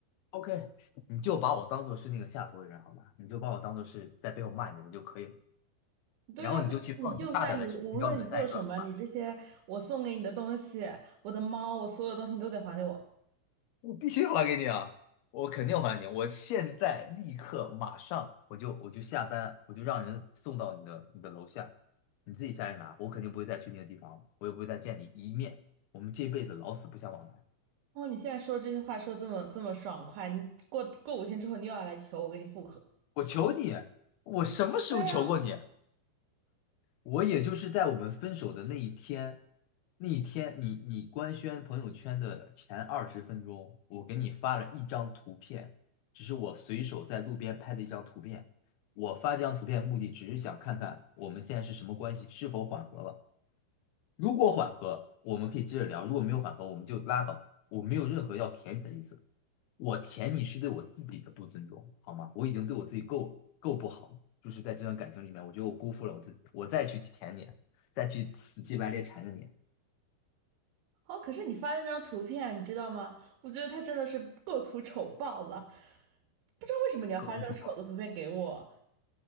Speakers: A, on the left; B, on the right.
A: OK，你就把我当做是那个下头的人好吧，你就把我当做是在背后骂你的人就可以了，
B: 对啊，
A: 然后你就去放心大胆的去寻找你的下一段吧。
B: 但是你就算你无论你做什么，你这些我送给你的东西，我的猫，我所有东西你都得还给我。
A: 我必须还给你啊！我肯定还你！我现在立刻马上我就我就下单，我就让人送到你的你的楼下，你自己下来拿。我肯定不会再去那个地方，我也不会再见你一面。我们这辈子老死不相往来。
B: 哦，你现在说这些话说这么这么爽快，你过过五天之后你又要来求我跟你复合。
A: 我求你，我什么时候求过你？
B: 对呀、
A: 我也就是在我们分手的那一天，那一天你你官宣朋友圈的前二十分钟，我给你发了一张图片，只是我随手在路边拍的一张图片。我发这张图片目的只是想看看我们现在是什么关系，是否缓和了。如果缓和，我们可以接着聊；如果没有缓和，我们就拉倒。我没有任何要舔你的意思，我舔你是对我自己的不尊重，好吗？我已经对我自己够够不好了，就是在这段感情里面，我觉得我辜负了我自己，我再去舔你，再去死乞白赖缠着你，
B: 好、可是你发的那张图片，你知道吗？我觉得他真的是构图丑爆了，不知道为什么你要发这种丑的图片给我。
A: 够不够？